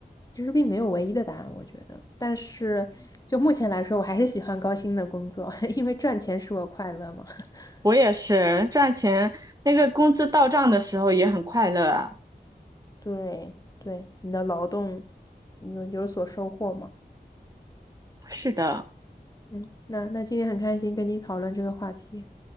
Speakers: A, on the left (about 20°); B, on the right (about 20°).
A: 其实并没有唯一的答案，我觉得。但是就目前来说，我还是喜欢高薪的工作，<laughs> 因为赚钱使我快乐嘛。<laughs>
B: 我也是赚钱，那个工资到账的时候也很快乐啊。
A: 对对，你的劳动你有有所收获嘛？
B: 是的，
A: 嗯，那那今天很开心跟你讨论这个话题。